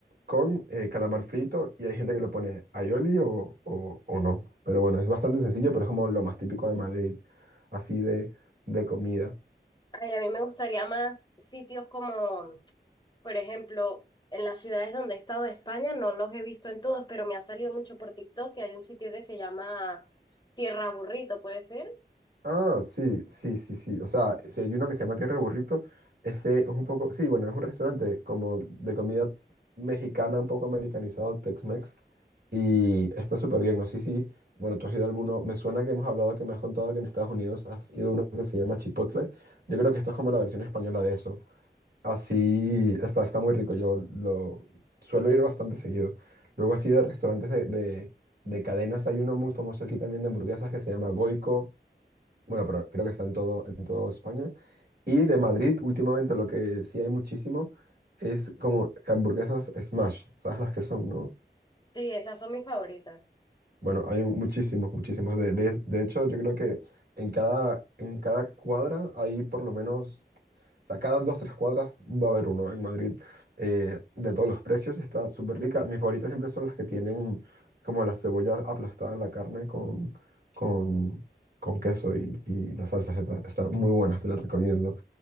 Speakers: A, on the right (about 60°); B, on the left (about 25°).
A: con eh, calamar frito y hay gente que le pone aioli o, o, o no. Pero bueno, es bastante sencillo, pero es como lo más típico de Madrid, así de, de comida.
B: Ay, a mí me gustaría más sitios como, por ejemplo, en las ciudades donde he estado de España, no los he visto en todos, pero me ha salido mucho por TikTok que hay un sitio que se llama Tierra Burrito, ¿puede ser?
A: Ah, sí, sí, sí, sí. O sea, si hay uno que se llama Tierra de Burrito, este es un poco, sí, bueno, es un restaurante como de comida mexicana, un poco americanizado, Tex-Mex. Y está súper bien, no sé si, bueno, tú has ido a alguno, me suena que hemos hablado, que me has contado que en Estados Unidos has ido a uno que se llama Chipotle. Yo creo que esto es como la versión española de eso. Así, está, está muy rico, yo lo suelo ir bastante seguido. Luego así de restaurantes de, de, de cadenas, hay uno muy famoso aquí también de hamburguesas que se llama Goico. Bueno, pero creo que está en todo, en toda España. Y de Madrid, últimamente lo que sí hay muchísimo es como hamburguesas smash, ¿sabes las que son, no?
B: Sí, esas son mis favoritas.
A: Bueno, hay un- muchísimos, muchísimos. De, de- de hecho, yo creo que en cada, en cada cuadra hay por lo menos o sea, cada dos, tres cuadras va a haber uno en Madrid eh, de todos los precios y está súper rica. Mis favoritas siempre son las que tienen como la cebolla aplastada en la carne con, con, con queso y, y las salsas. Está, está muy buena, te la recomiendo.